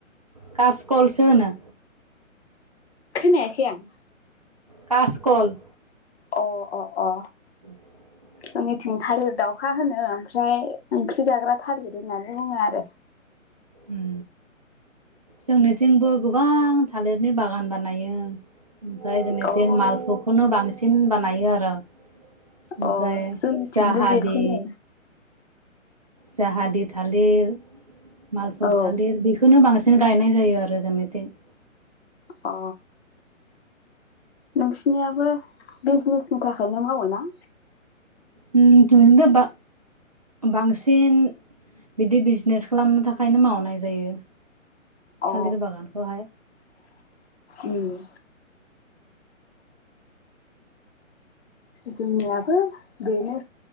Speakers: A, on the right; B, on the left.
A: कास कलसो होनो
B: खोनायाखै आं
A: कास कल
B: अ अ अ
A: <inaudible>
B: जोंनिथिं थालिर दाउखा होनो ओमफ्राय ओंख्रि जाग्रा थालिर होननानै बुङो आरो
A: उम जोंनिथिंबो गोबां थालिरनि बागान बानायो ओमफ्राय जोंनिथिं
B: अ
A: मालभग खौनो बांसिन बानायो आरो ओमफ्राय
B: अ जोंनिथिंबो
A: जाहादि
B: बेखौनो
A: जाहादि थालिर मालभग
B: औ
A: थालिर बेखौनो बांसिन गायनाय जायो आरो जोंनिथिं
B: अ नोंसिनियाबो बिजनेसनि थाखायनो मावोना
A: उम जोंनिथिंथ बा बांसिन बिदि बिजनेस खालामनो थाखायनो मावनाय जायो
B: अ
A: थालिर बागानखौहाय
B: उम जोंनियाबो बेनो